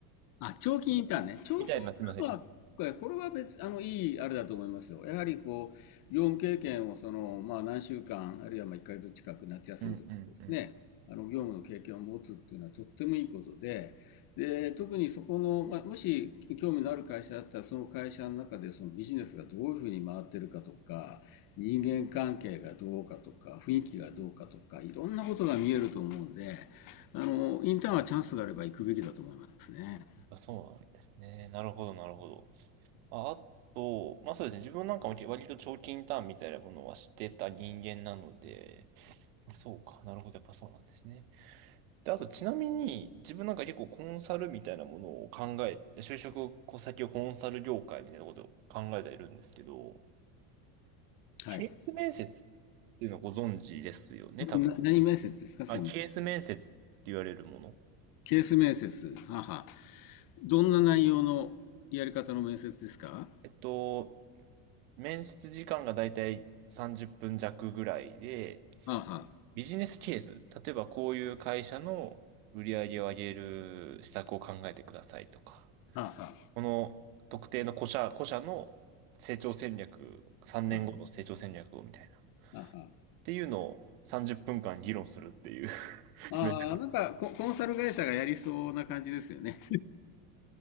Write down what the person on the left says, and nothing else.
あ、長期インターンね。長期イン
ターンは、
これこれは別、あの、いいあれだと思いますよ。やはりこう、業務経験をその、まあ何週間、あるいはまあ1ヶ月近く夏休みとかですね、
あの、業務の経験を持つっていうのはとってもいいことで、で、特にそこの、まあ、もし興味のある会社だったら、その会社の中でそのビジネスがどういうふうに回ってるかとか、人間関係がどうかとか、雰囲気がどうかとか、いろんなことが見えると思うんで、あの、インターンはチャンスがあれば行くべきだと思いますね。
はい。
な、何面接ですかすいません。
ケース面接。はあはあ。どんな内容のやり方の面接ですかは
あは
あ。はあは
あ。は
あはあ。は
あはあ、
ああなんかコ、コンサル会社がやりそうな感じですよね。